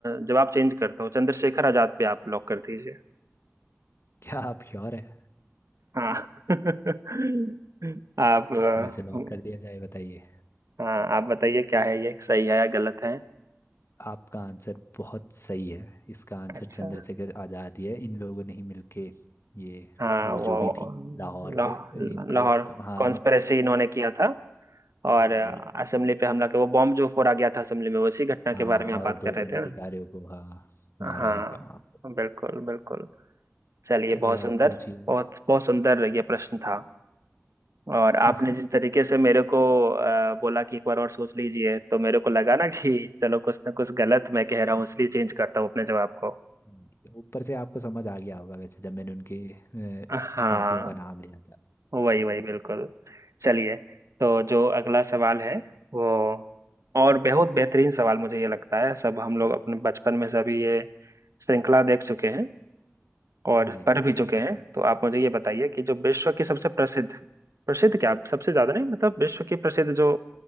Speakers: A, on the right; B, on the left.
A: जवाब चेंज करता हूँ चंद्रशेखर आजाद पे आप लॉक कर दीजिए
B: क्या आप श्योर है
A: हाँ <laughs> आप अ,
B: तो इसे लॉक कर दिया जाए बताइए
A: हाँ आप बताइए क्या है ये सही है या गलत है
B: आपका आंसर बहुत सही है इसका आंसर
A: अच्छा
B: चंद्रशेखर आजाद ही है इन लोगों ने ही मिलके ये
A: हाँ
B: वो
A: वो
B: जो भी थी लाहौर
A: लाहौर
B: पे इनको
A: लाहौर
B: तो, हाँ
A: कॉन्स्पिरेसी
B: मत,
A: इन्होंने किया था और
B: जी
A: असेंबली
B: जी
A: पे हमला के वो बॉम्ब जो फोड़ा गया था असेंबली में उसी घटना
B: हाँ
A: के
B: हाँ,
A: बारे में आप
B: और
A: बात
B: दो
A: कर
B: तीन
A: रहे थे
B: अधिकारियों
A: ना
B: को हाँ मारा
A: हाँ
B: भी था वहाँ पे
A: बिल्कुल बिल्कुल चलिए
B: चलिए
A: बहुत सुंदर
B: आप पूछिए
A: बहुत बहुत सुंदर ये प्रश्न था और
B: <laughs>
A: आपने
B: हाँ,
A: जिस तरीके से मेरे को अ, बोला कि एक बार और सोच लीजिए तो मेरे को लगा ना कि चलो कुछ ना कुछ गलत मैं कह रहा हूँ इसलिए चेंज करता हूँ अपने जवाब को
B: जी, ऊपर से आपको समझ आ गया होगा वैसे जब मैंने उनके अ,
A: हाँ
B: साथियों का नाम लिया था
A: वही वही बिल्कुल चलिए तो जो अगला सवाल है वो और बहुत बेहतरीन सवाल मुझे ये लगता है सब हम लोग अपने बचपन में सभी ये श्रृंखला देख चुके हैं और
B: जी
A: पढ़
B: जी
A: भी चुके
B: बताइए
A: हैं तो आप मुझे ये बताइए कि जो विश्व की सबसे प्रसिद्ध प्रसिद्ध क्या सबसे ज्यादा नहीं मतलब विश्व की प्रसिद्ध जो